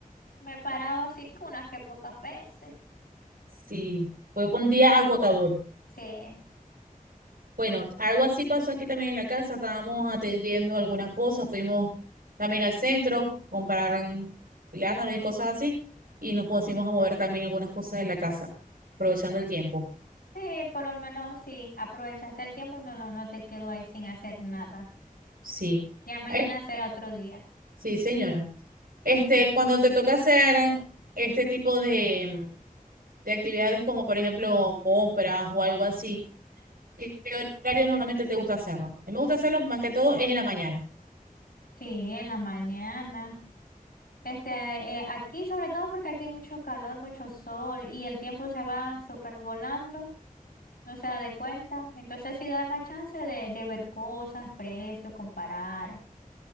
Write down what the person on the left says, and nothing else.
me he parado así que unas que pocas veces.
Sí,
sí, por lo menos sí, aprovechaste el tiempo y no, lo- no te quedó ahí sin hacer nada.
Ya mañana
será otro día.
Sí, en la mañana. Este, ah, eh, aquí sobre todo porque aquí hay mucho calor, mucho sol y el tiempo se va súper volando. No se da de cuenta. Entonces sí da más chance de, de ver cosas, precios, comparar.